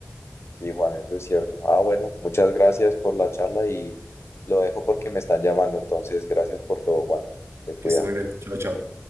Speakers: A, on the left; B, on the right.
A: Sí, Juan, eso es cierto. Ah, bueno, muchas gracias por la charla y lo dejo porque me están llamando, entonces gracias por todo, Juan. Te cuida.
B: Que esté muy bien. Chao, chao.